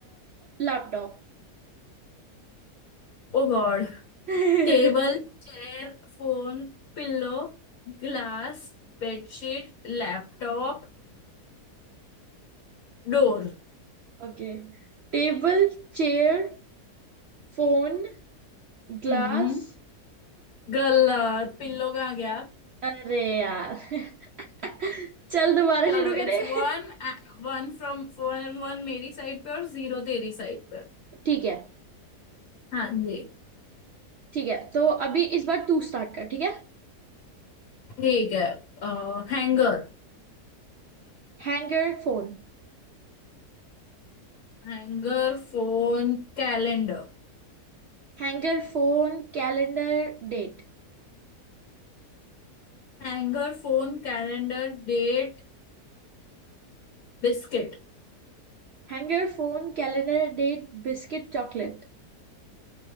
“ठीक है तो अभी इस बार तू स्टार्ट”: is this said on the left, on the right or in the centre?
Right